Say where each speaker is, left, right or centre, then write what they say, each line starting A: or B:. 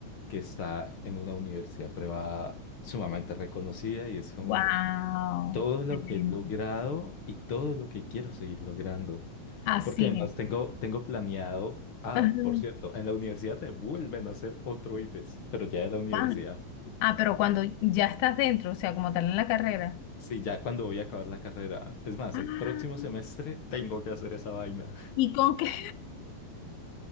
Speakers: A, on the left; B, on the left.
A: que está en una universidad privada sumamente reconocida y es como
B: Wow,
A: todo lo
B: excelente.
A: que he logrado y todo lo que quiero seguir logrando.
B: Así
A: Porque además
B: es.
A: tengo, tengo planeado, ah,
B: Ajá.
A: por cierto, en la universidad te vuelven a hacer otro IFES, pero ya de la universidad.
B: Ah, ah, pero cuando ya estás dentro, o sea, como tal en la carrera.
A: Sí, ya cuando voy a acabar la carrera. Es más,
B: Ah,
A: el próximo semestre tengo que hacer esa vaina.
B: ¿y con qué?